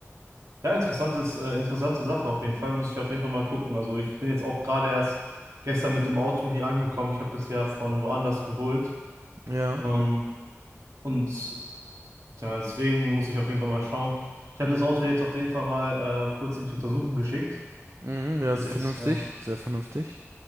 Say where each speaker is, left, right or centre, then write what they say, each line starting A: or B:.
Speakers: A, on the right; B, on the right.
A: Ja, interessantes, äh, interessante Sache auf jeden Fall. Muss ich auf jeden Fall mal gucken. Also ich bin jetzt auch gerade erst gestern mit dem Auto hier angekommen. Ich habe es ja von woanders geholt.
B: Ja,
A: Ähm, und ja, deswegen muss ich auf jeden Fall mal schauen. Ich habe das Auto jetzt auf jeden Fall mal äh, kurz in die Untersuchung geschickt.
B: mhm, ja,
A: Es wird
B: ist
A: jetzt
B: vernünftig,
A: äh,
B: sehr vernünftig.